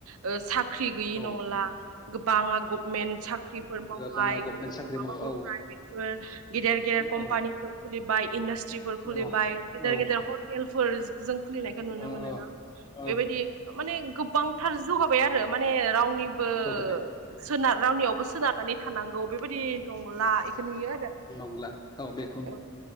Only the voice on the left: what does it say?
औ
गोबाङा
साख्रि
मावो औ
औ
औ
औ
औ
औ
जौगाबाय
नंला औ बे।